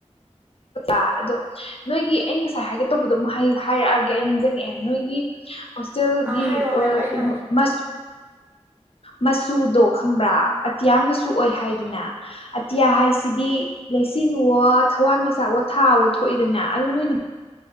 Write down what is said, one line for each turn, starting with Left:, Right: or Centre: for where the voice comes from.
Left: ꯑꯥ ꯑꯗꯣ ꯅꯣꯏꯒꯤ ꯑꯩ ꯉꯁꯥꯏ ꯍꯥꯏꯒꯦ ꯇꯧꯕꯗꯣ ꯑꯃꯨꯛ ꯍꯩ ꯍꯥꯏꯔꯛꯑꯒꯦ ꯑꯩ ꯅꯤꯡꯁꯪ ꯉꯛꯑꯦ ꯅꯣꯏꯒꯤ ꯍꯣꯁꯇꯦꯜꯒꯤ
Right: ꯑꯥ ꯍꯥꯏꯔꯛꯑꯣ ꯍꯥꯏꯔꯛꯑꯣ
Left: ꯑꯥ
Right: ꯑꯩ ꯉꯥꯏꯒꯦ
Left: ꯔꯨꯝ ꯃꯁ ꯃꯆꯨꯗꯣ ꯈꯪꯕ꯭ꯔꯥ ꯑꯇꯤꯌꯥ ꯃꯆꯨ ꯑꯣꯏ ꯍꯥꯏꯗꯅ꯫ ꯑꯇꯤꯌꯥ ꯍꯥꯏꯁꯤꯗꯤ ꯂꯩꯆꯤꯟꯋꯣ ꯊꯋꯥꯟꯃꯤꯆꯥꯛꯋꯣ ꯊꯥꯋꯣ ꯊꯣꯛꯏꯗꯅ ꯑꯥꯗꯣ ꯅꯣꯏꯒꯤ